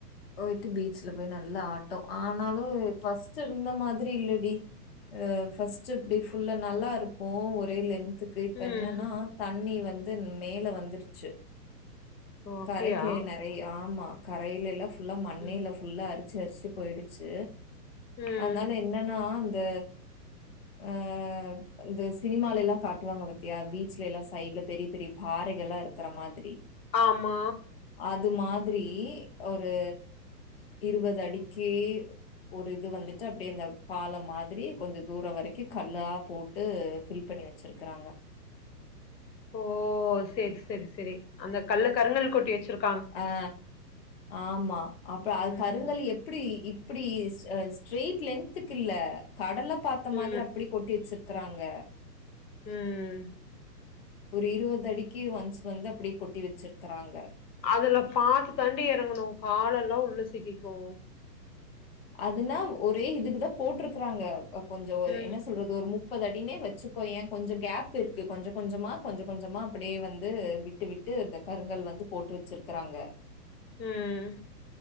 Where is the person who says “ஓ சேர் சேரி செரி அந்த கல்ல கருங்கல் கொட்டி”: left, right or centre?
Left